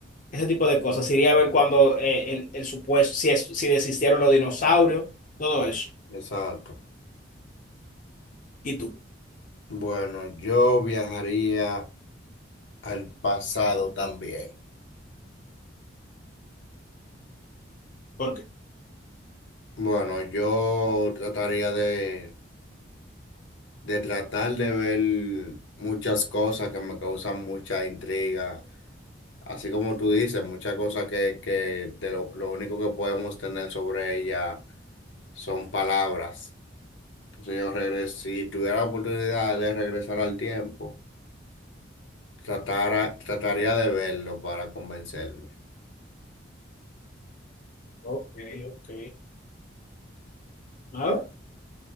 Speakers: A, on the left (about 45°); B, on the left (about 80°).
A: ese tipo de cosas. Iría a ver cuando eh, el, el supuesto, si, es- si desistieron los dinosaurios, todo eso.
B: Exacto.
A: ¿Y tú?
B: Bueno, yo viajaría. al pasado también.
A: ¿Por qué?
B: Bueno, yo trataría de, de tratar de ver muchas cosas que me causan mucha intriga, así como tú dices, muchas cosas que, que de lo, lo único que podemos tener sobre ella son palabras. Entonces yo regres, si tuviera la oportunidad de regresar al tiempo, tratara, trataría de verlo para convencerme.
A: Ok, ok. A ver,